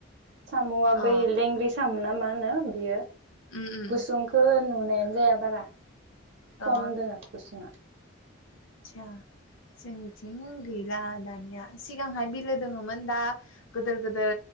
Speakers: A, on the right (about 60°); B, on the left (about 75°).
A: साम'आ
B: अ
A: बै लेंग्रि साम' ना मा होनो बियो
B: उम उम
A: गुसुं ओहो नुनायानो जाया बारा
B: अ
A: खम दोङो गुसुङा
B: आदसा जोंनिथिं गैला दानिया सिगांहाय बिलो दोङोमोन दा गोदोर गोदोर